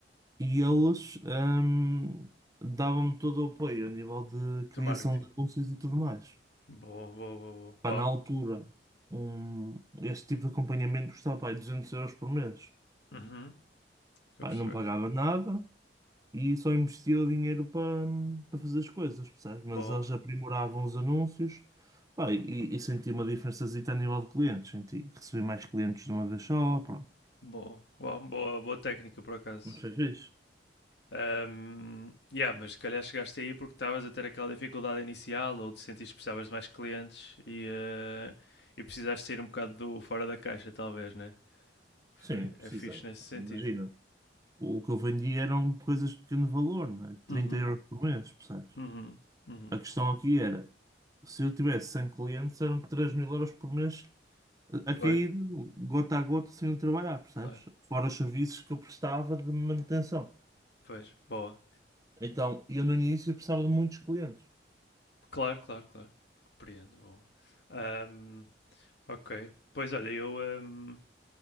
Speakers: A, on the right (about 20°); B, on the left (about 70°).
A: e eles ahm, davam-me todo o apoio a nível de criação
B: Do marketing.
A: de anúncios e tudo mais.
B: Boa, boa, boa, boa.
A: Pá, na
B: Uau.
A: altura, um, este tipo de acompanhamento custava pá, 200 euros por mês.
B: Uhum. Estou
A: Pá,
B: a perceber.
A: não pagava nada. e só investia o dinheiro para para fazer as coisas, percebes? Mas
B: Boa.
A: eles aprimoravam os anúncios, pá, e, e senti uma diferençazita a nível de clientes, senti, recebi mais clientes de uma vez só, pronto,
B: Boa. Uau, boa, boa técnica, por acaso.
A: mas foi fixe.
B: Ahm, yeah, mas se calhar chegaste aí porque estavas a ter aquela dificuldade inicial ou te sentiste que precisavas de mais clientes e, eh, e precisaste sair um bocado do fora da caixa, talvez, né? Foi,
A: Sim, precisei,
B: é fixe nesse sentido.
A: imagina. O que eu vendia eram coisas de pequeno valor, né? Trinta
B: Uhum,
A: euros por mês, percebes?
B: uhum, uhum.
A: A questão aqui era, se eu tivesse 100 clientes, eram três mil euros por mês a a
B: Pois,
A: cair gota a gota sem eu trabalhar, percebes?
B: claro.
A: Fora os serviços que eu prestava de manutenção.
B: Pois, boa.
A: Então, eu no início precisava de muitos clientes.
B: Claro, claro, claro. Compreendo, bom. Ahm, ok. Pois olha, eu, ahm,